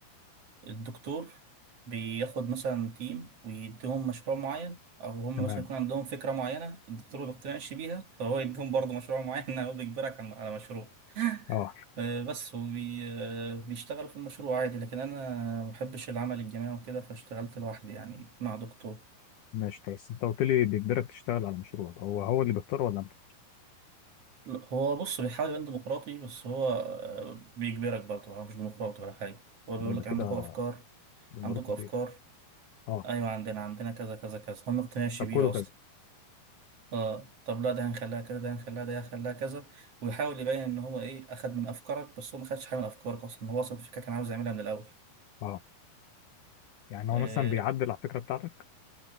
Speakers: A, on the right; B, on the left.
A: الدكتور بياخد مثلا تيم ويديهم مشروع معين او هم
B: تمام
A: مثلا يكون عندهم فكره معينه الدكتور ما بيقتنعش بيها فهو يديهم برضه مشروع معين <laughs> او بيجبرك عن- على مشروع
B: اه
A: آه، بس وبيشتغلوا في المشروع عادي لكن انا ما بحبش العمل الجماعي وكده فاشتغلت لوحدي يعني مع دكتور
B: ماشي طب بس انت قلت لي بيجبرك تشتغل على مشروع هو هو اللي بيختار ولا انت
A: لا، هو بص بيحاول يبان ديمقراطي بس هو آه، بيجبرك برضه هو مش ديمقراطي ولا حاجه هو بيقول
B: لا، ده
A: لك
B: كده
A: عندكم افكار
B: دي مراتب
A: عندكم افكار
B: ايه اه
A: ايوه عندنا عندنا كذا كذا كذا هم ما بيقتنعش
B: طب
A: بيها
B: كله
A: اصلا
B: كذا
A: اه طب لا ده هنخليها كده ده هنخليها ده هنخليها كذا ويحاول يبين ان هو ايه اخد من افكارك بس هو ما خدش حاجه من افكارك اصلا هو اصلا الفكره كان عاوز يعملها من الاول
B: اه يعني هو
A: إيه
B: مثلا بيعدل على الفكرة بتاعتك